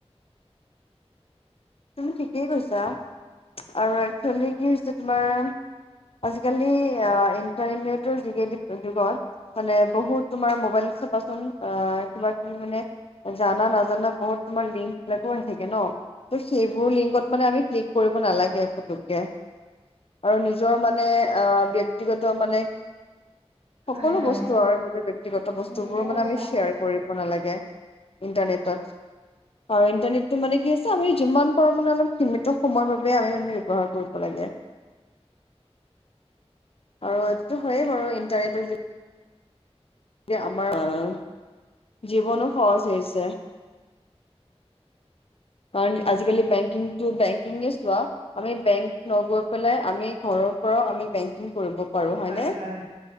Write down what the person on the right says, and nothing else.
হয় হয়
তুমি ঠিকে
কৈছা।
হয় হয়।